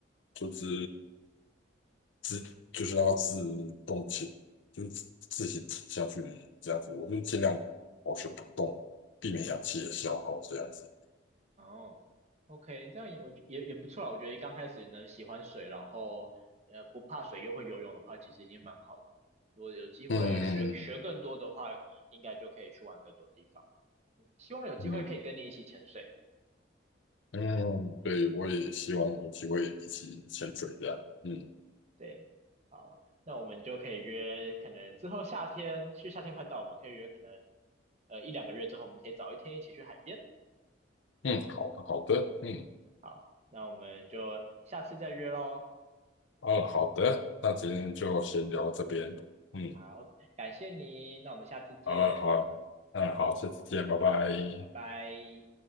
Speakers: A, on the left (about 75°); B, on the right (about 35°).
A: 就是自，就是让它自动潜，就是自行潜下去的这样子。我就尽量保持不动，避免氧气的消耗这样子。
B: 哦，OK，这样也我也也不错啦。我觉得刚开始能喜欢水，然后呃不怕水又会游泳的话，其实已经蛮好的。如果有机会学学更多的话，
A: 嗯
B: 应该就可以去玩更多地方。希望有机会可以跟你一起潜水。
A: 嗯嗯，对，我也希望有机会一起潜水这样。嗯
B: 对，好，那我们就可以约，可能之后夏天，其实夏天快到，我们可以约可能呃一两个月之后，我们可以早一天一起去海边。
A: 嗯，好的好的，嗯
B: 好，那我们就下次再约喽。
A: 嗯好的，那今天就先聊到这边。嗯。
B: 好，感谢你，那我们下次见，
A: 好啊，好啊，嗯，好，下次见，拜拜。
B: 拜拜。